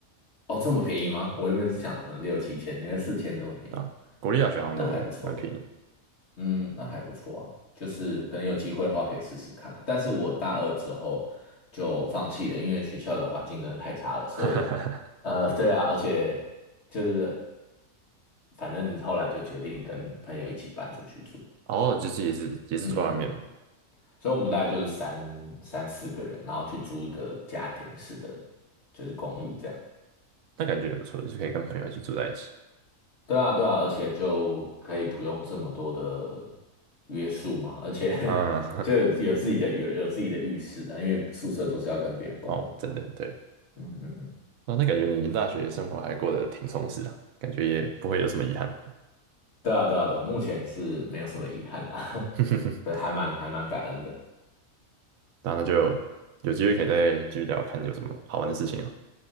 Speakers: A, on the left (about 50°); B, on the right (about 75°).
A: 哦这么便宜吗？我原本是想可能六七千，原来四千这么便宜，
B: 啊。国立大学好像都蛮便宜，
A: 那还不错。
B: <laughs>
A: 嗯，那还不错啊，就是可能有机会的话可以试试看啦。但是我大二之后就放弃了，因为学校的环境真的太差了，所以，
B: 哈哈哈
A: 呃，对啊，而且就是反正后来就决定跟朋友一起搬出去住，
B: 然后就是也是也是住在外面嘛，
A: 嗯嗯嗯，所以我们大概就是三三四个人，然后去租一个家庭式的就是公寓这样。
B: 但感觉也不错，就是可以跟朋友一起住在一起。
A: 对啊，对啊，而且就可以不用这么多的约束嘛，而且 <laughs>
B: 嗯，
A: 就有有自己的有有自己的浴室啊，因为宿舍都是要跟别人共用。
B: <laughs> 哦，真的对，
A: 嗯嗯嗯，
B: 哦，那感觉你大学生活还过得挺充实的，感觉也不会有什么遗憾。
A: 对啊，对啊，对啊，目前是没有什么遗憾啊，
B: <laughs>
A: <laughs> 对，还蛮还蛮感恩的。
B: 那那就有机会可以再继续聊，看你有什么好玩的事情啊。